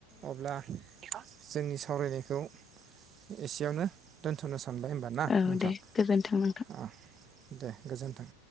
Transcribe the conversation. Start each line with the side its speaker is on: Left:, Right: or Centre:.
Right: अब्ला जोंनि सावरायनायखौ। एसेयावनो दोन्थ'नो सान सानबाय होनबा ना
Left: औ
Right: नोंथां
Left: दे गोजोन्थों नोंथां।
Right: अ दे गोजोन्थों।